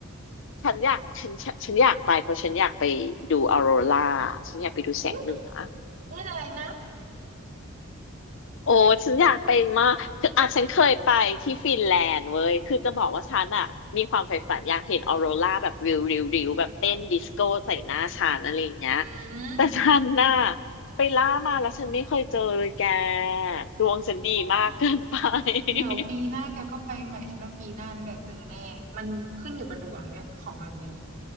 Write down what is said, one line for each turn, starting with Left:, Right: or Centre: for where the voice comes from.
Left: ฉันอยากฉันฉันฉันอยากไปเพราะฉันอยากไปดูออโรราฉันอยากไปดูแสงเหนือ
Right: อุ้ยเล่นอะไรนะ
Left: โอ้ฉันอยากไปมากคืออ่ะฉันเคยไปที่ฟินแลนด์เว้ยคือจะบอกว่าฉันอ่ะมีความใฝ่ฝันอยากเห็นออโรราแบบริวริวริวแบบเต้นดิสโก้ใส่หน้าฉันอะไรอย่างเงี้ย
Right: อื
Left: แต่ฉันน่ะ
Right: ม
Left: ไปล่ามาแล้วฉันไม่เคยเจอเลยแกดวงฉันดีมากเกินไป
Right: โอ้ย เดี๋ยวปีหน้าแกก็ไปใหม่ฉันว่าปีหน้านี่แหละเจอแน่มันขึ้นอยู่กับดวงด้วยของแบบนี้
Left: <laughs>